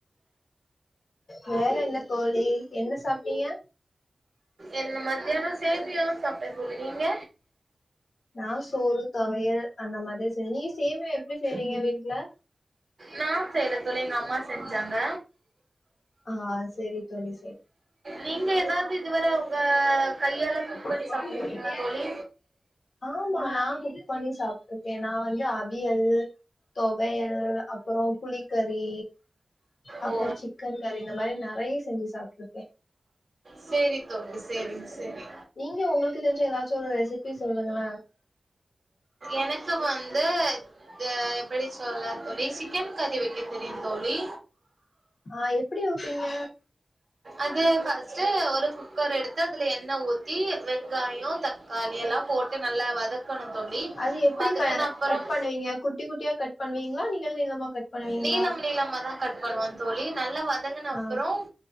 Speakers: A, on the left; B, on the right.
A: வேற என்ன தோழி என்ன சாப்பிட்டீங்க
B: என்ன மத்தியானோ சேமியா சாப்ட்டே தோழி நீங்க
A: நா சோறு தொவையல் அந்த மாதிரி செய்ன் நீங்க சேமியா எப்டி செய்றீங்க வீட்டுல
B: நா செய்ல தோழி எங்க அம்மா செஞ்சாங்க
A: ஆ செரி தோழி
B: நீங்க ஏதாவது இதுவர உங்க கையால குக் பண்ணி
A: செரி
B: சாப்ட்ருக்கீங்களா தோழி
A: ஆமா நா குக் பண்ணி சாப்ட்டுருக்கே நா வந்து அவியல் தொவையல் அப்பறோ புளிக்கறி அப்புறோ
B: ஓ
A: சிக்கன் கறி இந்த மாரி நெறைய செஞ்சு சாப்ட்டுருக்கே
B: செரி தோழி செரி செரி
A: நீங்க உங்ளுக்கு தெரிஞ்ச ஏதாச்சு ஒரு ரெசிபி சொல்லுங்களே
B: எனக்கு வந்து அ எப்படி சொல்ல தோழி சிக்கன் கறி வெக்க தெரியு தோழி
A: ஆ எப்பிடி வெப்பீங்க
B: அது ஃபர்ஸ்ட்டு ஒரு குக்கர் எடுத்து அதுல எண்ணெ ஊத்தி வெங்காயோ தக் காளி எல்லா போட்டு நல்லா வதக் கனு தோழி
A: அது எப்பிடி
B: வதக்குன
A: க
B: அப்புறம்
A: கட் பண்ணுவீங்க குட்டி குட்டியா கட் பண்ணுவீங்ளா நீள நீளமா கட் பண்ணுவீங்ளா
B: நீளம் நீளமா தான் கட் பண்ணுவா தோழி நல்லா வதங்கு
A: ஆ
B: அப்பறோ